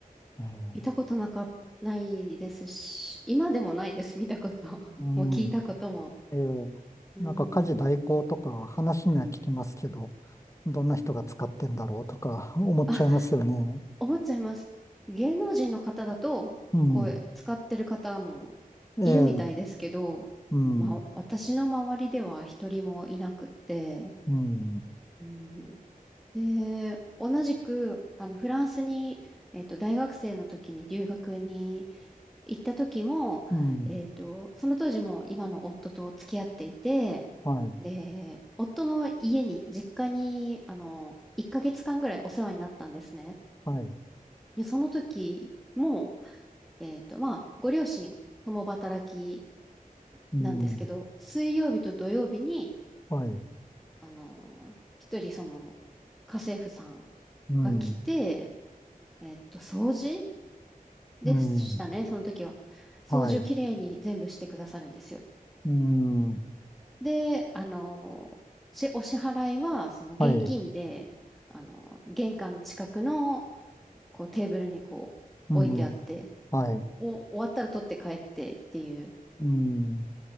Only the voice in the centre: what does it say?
見たことなか、ないですし、今でもないです、見たこと。<laughs>
もう聞いたことも。
うん。
あ思っちゃいます。芸能人の方だと、
こう、使ってる方もいるみたいですけど、
まあ、私の周りでは一人もいなくって、
うん、で、同じく、あの、フランスに、えっと、大学生の時に留学に行った時も、
えっと、その当時も今の夫と付き合っていて、
で、夫の家に、実家に、あの、1ヶ月間ぐらいお世話になったんですね。
で、その時も、えっと、まあ、ご両親、共働き
なんですけど、水曜日と土曜日に、
あのー、一人、その、家政婦さん
が来て、えっと、掃除でしたね、
その時は。掃除をきれいに全部してくださるんですよ。
で、あのー、しお支払いは、その、現金で、
あのー、玄関の近くの、こう、テーブルに、こう、
置いてあって、
お、終わったら取って帰ってっていう、